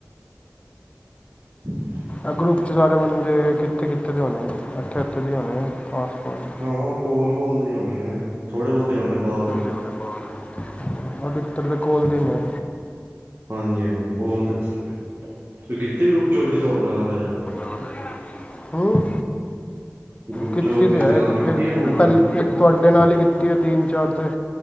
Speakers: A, on the right; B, on the left.
A: <inaudible>
B: ਏ ਗਰੁੱਪ ਚ ਸਾਰੇ ਬੰਦੇ ਕਿੱਥੇ- ਕਿੱਥੇ ਦੇ ਹੋਣੇ, ਇੱਥੇ ਓਥੇ ਦੇ ਈ ਹੋਣੇ ਐ ਆਸਪਾਸ।
A: ਹਾਂ ਕੋਲ- ਕੋਲ ਦੇ ਈ ਹੋਣੇ ਨੇ ਥੋੜੇ ਬੋਤੇ ਹੋਣੇ ਨੇ ਬਾਹਰ।
B: ਦੇ ਹੁਣਗੇ ਬਾਹਰ। ਉਹ ਡਿੱਤਰ ਦੇ ਕੋਲ ਦੇ ਨੇ।
A: ਹਾਂਜੀ- ਹਾਂਜੀ ਕੋਲ ਦੇ ਸਾਰੇ, ਤੁ ਕਿੱਤੀ ਗਰੁੱਪ ਚੋਂ ਕਿਸੇ ਹੋਰ ਨਾਲ ਗੱਲ ਅਜੇ ਤੱਕ।
B: ਨਾਲ ਹੈ। ਹੂੰ
A: ਗਰੁੱਪ
B: ਕੀਤੀ
A: ਚ ਹੋਰ
B: ਤੇ
A: ਕਿਸੇ
B: ਐ ਇਕ
A: ਗੱਲ ਕੀਤੀ
B: ਨਾਲ
A: ਹੈ ਹੁਣ ਤੱਕ
B: ਪਰ ਈ ਇੱਕ ਤੁਹਾਡੇ ਨਾਲ ਹੀ ਕੀਤੀ ਹੈ ਤਿੰਨ- ਚਾਰ ਤੇ,